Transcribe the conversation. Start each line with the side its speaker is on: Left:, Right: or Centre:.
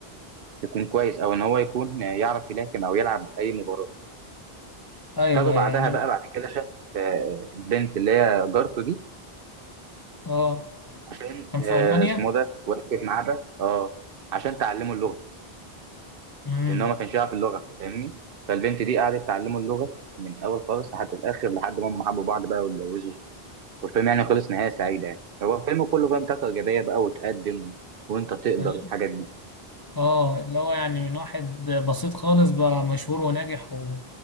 Right: يكون كويس او ان هو يكون آه، يعرف يلاكم او يلعب اي مباراه
Left: ايوه
Right: خده بعدها
Left: يعني
Right: بقى
Left: بقى.
Right: بعد كده شاف آه، البنت اللي هي جارته دي
Left: اه
Right: عشان
Left: كان
Right: آه،
Left: في المانيا
Right: اسمه ده وقفت معاه بقى اه عشان تعلمه اللغه
Left: امم
Right: لان هو ما كانش يعرف اللغه فاهمني فالبنت دي قعدت تعلمه اللغه من الاول خالص لحد الاخر لحد ما هم حبوا بعض بقى واتجوزوا والفيلم يعني خلص نهايه سعيده يعني هو الفيلم كله بقى طاقه ايجابيه بقى وتقدم وانت تقدر
Left: ال-
Right: والحاجات دي
Left: اه اللي هو يعني من واحد بسيط خالص بقى مشهور وناجح و...